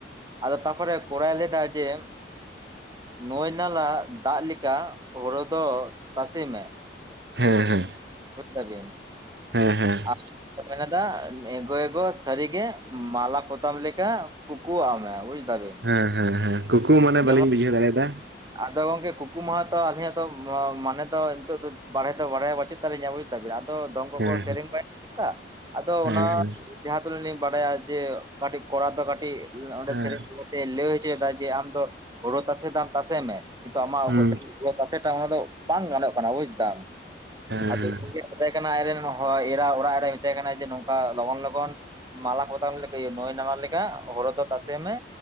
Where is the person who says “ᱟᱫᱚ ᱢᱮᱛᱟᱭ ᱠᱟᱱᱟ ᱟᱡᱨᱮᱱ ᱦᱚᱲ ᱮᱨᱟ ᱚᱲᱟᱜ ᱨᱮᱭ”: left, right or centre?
Right